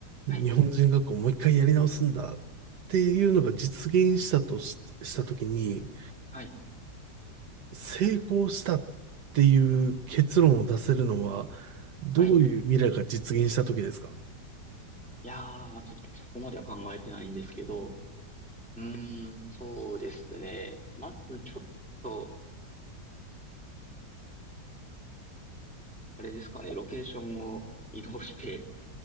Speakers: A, on the right; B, in the centre.
A: 日本人学校をもう一回やり直すんだっていうのが実現したとし、
B: はい、
A: したときに、
B: はい、
A: 成功したっていう結論を出せるのは、どういう未来が実現した時ですか
B: はい。いやー、ちょっとそこまでは考えてないんですけど、うーん、そうですね。まずちょっと、あれですかね、ロケーションを移動して、